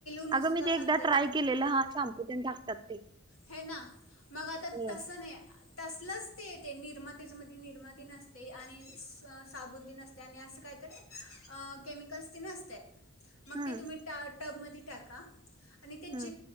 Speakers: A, on the left; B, on the right.
A: नुस्खा
B: अगं मी ते
A: सांगतात
B: एकदा ट्राय केलेलं हा शॅम्पू पन टाकतात ते
A: हे ना मग आता
B: होय
A: तसं नाही आहे. तसलच ते ते निर्माते मध्ये निर्माती नसते आणि सागुती नसते आणि असं काहीतरी केमिकल्स तेन असतय मग
B: हम्म
A: ते तुम्ही टब मध्ये टाका आणि ते
B: हम्म